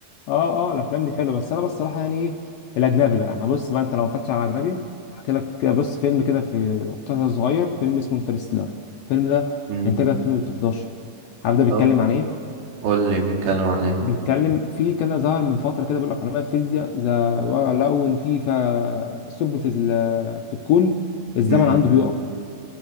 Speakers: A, on the left; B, on the right.
A: اه اه الافلام دي حلوه بس انا بصراحه يعني ايه الاجنبي بقى انا بص بقى انت لو ما اتفرجتش على اجنبي احكي لك بص فيلم كده في مقتطف صغير فيلم اسمه انترستيلر الفيلم ده
B: امم
A: انتاج 2011 عارف ده بيتكلم
B: طب
A: عن ايه
B: قول لي بيتكلم عن ايه
A: بيتكلم في كان ظهر من فترة كده بيقول لك علماء الفيزياء ذا لقوا إن في ف- ثقب في ال- في الكون الزمن
B: امم
A: عنده بيقف